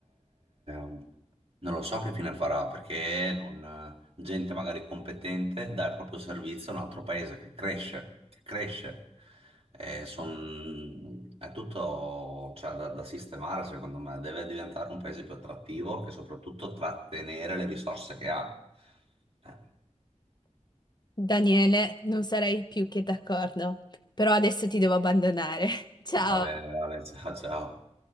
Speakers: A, on the right; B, on the left.
A: non lo so che fine farà, perché non, gente magari competente dà il proprio servizio a un altro paese che cresce, che cresce. Eh, son- è tutto, cioè, da, da sistemare, secondo me. Deve diventare un paese più attrattivo e soprattutto trattenere le risorse che ha. Eh,
B: Daniele, non sarei più che d'accordo, però adesso ti devo abbandonare. <laughs> Ciao!
A: va bene, Ale, <laughs> ciao, ciao.